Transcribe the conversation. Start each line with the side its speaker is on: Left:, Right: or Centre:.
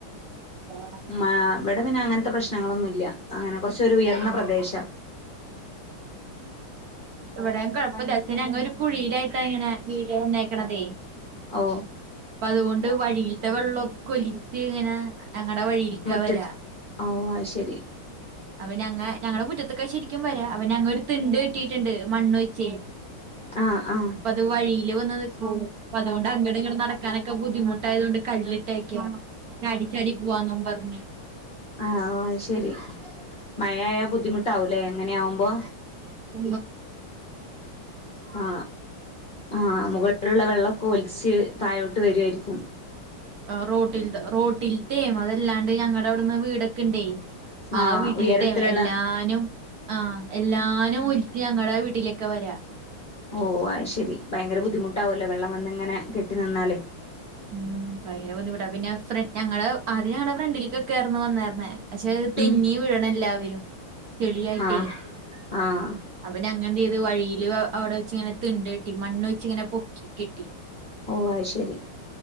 Right: ആ
Left: മ ഇവിടെ പിന്നെ അങ്ങനത്തെ പ്രശ്നങ്ങളൊന്നുംല്ല അങ്ങനെ കൊറച്ചൊരു ഉയർന്ന
Right: ആഹ്
Left: പ്രദേശം
Right: ഇവിടെയും കൊഴപ്പമില്ലാ അസിനു അങേ കുഴിയിലായിട്ട് ഇങ്ങനെ വീട് വന്നേക്കണതേ
Left: ഓ
Right: അപ്പൊ അതുകൊണ്ട് വഴിയിലത്തെ വെള്ളമൊക്ക ഒലിച്ച് ഇങ്ങനെ ഞങ്ങളടെ വഴിയിലക്കെ
Left: മുറ്റത്ത്
Right: വരാ
Left: ഓ അത് ശരി
Right: അവൻ ഞങ്ങ ഞങ്ങളുടെ മുറ്റത്തൊക്കെ ശരിക്കും വരാ അവൻ ഞങ്ങരു തിണ്ട് കെട്ടിട്ടുണ്ട് മണ്ണ് വച്ച്
Left: ആഹ് ആഹ്
Right: അപ്പ അത് വഴിയില് വന്ന അതൊണ്ട് അ ഇ ക്കാനൊക്കെ ബുദ്ധിമുട്ടായത് കൊണ്ട് കല്ലിട്ടേക്കാ ചാടിച്ചാടി പോവാന്നും പറഞ്ഞ്
Left: ആ ശെരി മഴയായ ബുദ്ധിമുട്ടാവൂലേ എങ്ങനെ ആവുമ്പോ
Right: ഉ
Left: ആ ആ മുകളിലുള്ള വെള്ളമൊക്കെ ഒലിച്ച് താഴോട്ട് വരുായിരിക്കും
Right: റോട്ടിൽ റോട്ടിലത്തേയും അതല്ലാണ്ട് ഞങ്ങളടെ അവിടുന്ന് വീടൊക്കെ ഇണ്ടേ
Left: ആഹ്
Right: ആ വീട്ടിലത്തെ
Left: ഉയരത്തിലുള്ള
Right: എല്ലാനും ആഹ എല്ലാനും ഒലിച്ച് ഞങ്ങളടെ വീട്ടിലേക്കെ വരാ
Left: ഓ അ ശെരി ഭയങ്കര ബുദ്ധിമുട്ടാവല്ലോ വെള്ളം വന്നിങ്ങനെ കെട്ടി നിന്നാല്
Right: ഉം ഭയങ്കര ബുദ്ധിമുട്ടാണ് പിന്നെ ഫ്ര ഞങ്ങള് ആദ്യ ഞങ്ങളടെ ഫ്രണ്ടിൽക്കൊക്കെർന്ന് വന്നായിരുന്നേ പക്ഷെ തെന്നി
Left: ഉം
Right: വീഴണ എല്ലാവരും ചെളിയായിട്ടേ
Left: ആഹ് ആഹ്
Right: അവന അങ്ങനന്ത് ചെയ്ത് വഴിയില് അവിടെ വച്ച ഇങ്ങനണ്ടട്ടി മണ്ണ് ഇങ്ങനെ പൊക്കി കെട്ടി
Left: ഓ അത് ശരി